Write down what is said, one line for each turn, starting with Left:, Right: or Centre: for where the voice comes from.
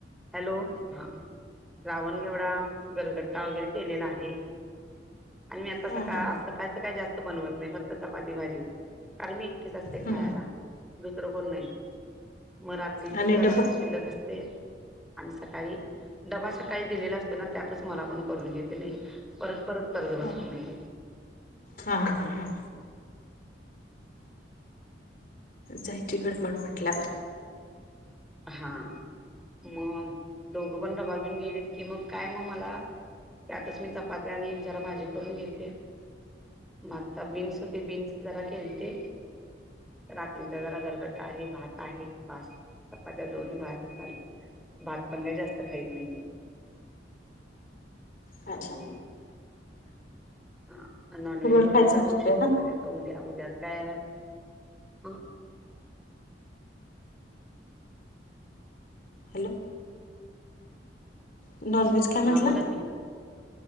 Centre: हॅलो, हा श्रावण घेवडा, गरगट्टा वगैरे केलेला आहे. आणि मी आता सकाळी
Left: हा हा
Centre: च काय जास्त बनवत नाही ना चपाती भाजीच कारण मी एकटीच असते,
Left: हम्म
Centre: खायला दुसर कोण नाही म रात्रीच
Left: आणि
Centre: जरास
Left: डब्बा
Centre: शिल्लक असते आणि सकाळी डबा सकाळी दिलेला असतो ना, त्यातच मला पण करून घेते की नाही परत परत करत बसत
Left: हा
Centre: नाही.
Left: हा हा हा. जायची गडबड म्हंटल्यार वर
Centre: हा, मग दोघं पण डबा घेऊन गेलेत की मग काय म मला त्यातच मी चपात्या आणि जरा भाजी करून घेते. म आता बीन्स होते बीन्स जरा केलते रात्रीचा जरा <unintelligible> <unintelligible> भात आहे बास. चपात्या दोन भात झाल भात पण काही जास्त खाईत नाही मी.
Left: अच्छा.
Centre: हम्म हा नॉनव्हेज
Left: वर
Centre: म्हटलं
Left: खायचं
Centre: तर
Left: नसतंय
Centre: मग शुक्रवारी
Left: ना
Centre: आता उद्या उद्यात काय, अ
Left: हॅलो नॉनव्हेज काय म्हंटला
Centre: हां बोला की